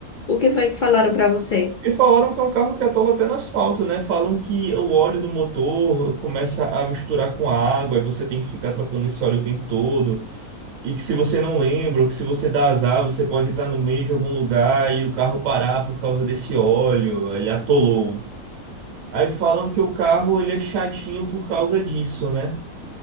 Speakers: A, on the left; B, on the right.
A: o que foi que falaram pra você?
B: E falaram que é um carro que atola até no asfalto, né? Falam que o óleo do motor começa a misturar com a água e você tem que ficar trocando esse óleo o tempo todo. E que se você não lembra, ou que se você dá azar, você pode estar no meio de algum lugar e o carro parar por causa desse óleo. Ele atolou. Aí falam que o carro ele é chatinho por causa disso, né?